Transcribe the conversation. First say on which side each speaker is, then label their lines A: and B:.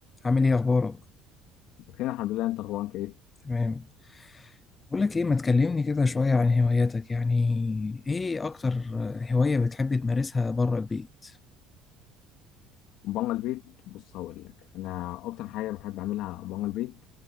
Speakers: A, on the left; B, on the left.
A: عامل ايه اخبارك
B: بخير الحمد لله انت اخبارك ايه
A: تمام بقول لك ايه ما تكلمني كده شوية عن هواياتك يعني ايه اكتر هواية بتحب تمارسها بره البيت
B: بره البيت بص هقول لك انا اكتر حاجه بحب اعملها بره البيت